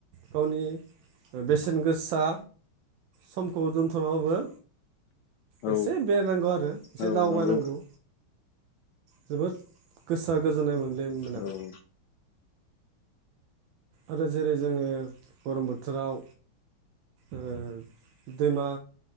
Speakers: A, on the right; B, on the left.
A: गावनि बेसेन गोसा समखौ दोनथ'नाबाबो
B: औ
A: एसे बेरायनांगौ आरो एसे
B: औ
A: दावबायनांगौ
B: नंगौ
A: जोबोद गोसोआ गोजोननाय मोनदों मोनां
B: औ नंगौ
A: आरो जेरै जोङो गरम बोथोराव ओ दैमा